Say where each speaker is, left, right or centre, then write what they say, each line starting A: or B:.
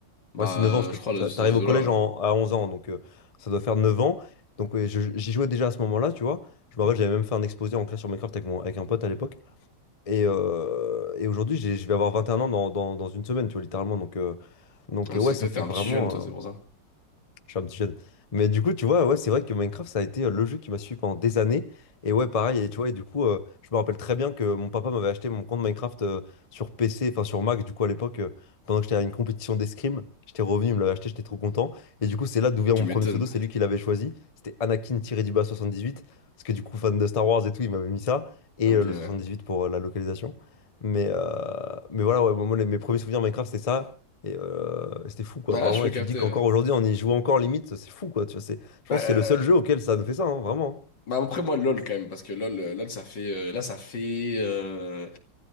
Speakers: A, on the left (about 75°); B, on the left (about 35°).
A: Bah,
B: Moi, c'est 9 ans, parce que
A: je crois,
B: t'a-
A: là, de ce
B: t'arrives au collège
A: là ouais.
B: en- à 11 ans, donc euh, ça doit faire 9 ans. Donc ouais, je- j'y jouais déjà à ce moment-là, tu vois. Je me rappelle, j'avais même fait un exposé en classe sur Minecraft avec, mon, avec un pote à l'époque. Et, euh, et aujourd'hui, j'ai- je vais avoir 21 ans dans, dans- dans une semaine, tu vois, littéralement. Donc, euh, donc
A: On
B: euh,
A: sait
B: ouais, ça
A: que toi,
B: fait
A: t'es un
B: vraiment...
A: petit jeune, toi, c'est
B: euh,
A: pour ça.
B: je suis un petit jeune. Mais du coup, tu vois, ouais, c'est vrai que Minecraft, ça a été euh, le jeu qui m'a suivi pendant des années. Et ouais, pareil, et tu vois, et du coup, euh, je me rappelle très bien que mon papa m'avait acheté mon compte Minecraft euh, sur PC, enfin sur Mac, du coup, à l'époque, euh, pendant que j'étais à une compétition d'escrime, j'étais revenu, il me l'avait acheté, j'étais trop content. Et du coup, c'est là d'où vient
A: Tu
B: mon
A: m'étonnes.
B: premier pseudo, c'est lui qui l'avait choisi. C'était Anakin-78, parce que du coup, fan de Star Wars et tout, il m'avait mis ça. Et
A: Donc,
B: euh, le
A: euh,
B: 78 pour euh, la localisation. Mais, euh, mais voilà, ouais, moi, les- mes premiers souvenirs Minecraft, c'était ça. Et euh, c'était fou, quoi,
A: Ah,
B: vraiment.
A: je peux
B: Et
A: capter.
B: tu te dis qu'encore
A: ouais.
B: aujourd'hui, on y joue encore limite, c'est fou, quoi. Tu vois, c'est, je
A: Bah,
B: pense que c'est le seul jeu auquel ça nous fait ça, hein, vraiment.
A: Bah après moi LOL quand même parce que LOL euh, LOL ça fait euh, là ça fait euh,